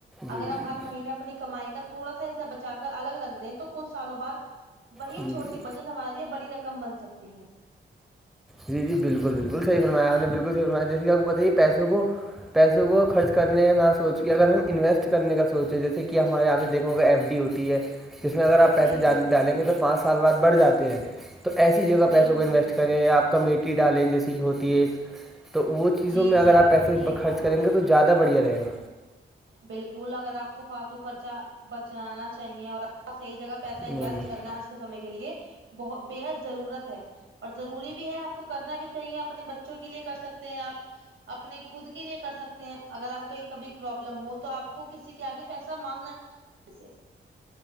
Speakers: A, in the centre; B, on the right.
A: جی
B: اگر ہم
A: جی
B: ہر
A: جی
B: مہینے اپنی کمائی کا تھوڑا سا حصہ بچا کر الگ رکھ دیں تو کچھ سالوں بعد وہی
A: جی
B: چھوٹی
A: جی
B: بچت ہمارے لیے بڑی رقم مل سکتی ہے
A: جی جی بالکل بالکل صحی فرمایا آ نے بالکل صحی فرایا جیس کہ آپ بتائی ہے پیسوں کو پیسوں کو خرچ کرنے نہ سوچ کے اگر ہم انویسٹ کرنے کا سوچیں جیسے کہ ہمارے یہاں نے دھا ہوگا ایف ڈی ہوتی ہے جس میں اگر آپ پیسے
B: بالکل بالکل
A: ڈالیں گے تو پانچ سال بعد بڑھ جاتے ہیں تو ایسی جگہ
B: بالکل
A: پیسوں کو انویسٹ
B: بالکل
A: کریں یا آپ کمیٹی ڈالیں جیسے کہ ہوتی ہے ایک تو وہ چیزوں
B: جی
A: میں اگر
B: جی
A: آپ پیسے
B: بالکل صحیح
A: خرچ
B: فرما
A: کریں
B: رہے
A: گے
B: ہیں
A: تو زیادہ بڑھیا رہے گا
B: بالکل اگر آپ کو فالتو خرچہ بچانا چاہیے اور صحیح جگہ پیسہ
A: نہیں
B: انویسٹ
A: نہیں
B: کرنا آج کے سمے کے لیے بت بےحد ضرورت ہے اور ضوری بھی ہے آپ کو کرنا بھی چاہیے اپنے بچ کے لیے سکتے ہیں آ اپنے خ کے لیے کر سکتے ہیں اگر آپ کو کب لم ہو تو آ کو کسی کےگے پیسہ مانگنا سے